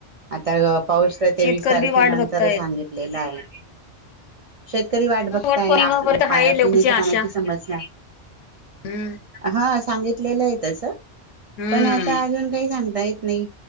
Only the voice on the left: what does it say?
शेतकरी
बी वाट
बघतायत
वट पौर्णिमा
पर्यंत हाय लोकांची
आशा
हम्म
हम्म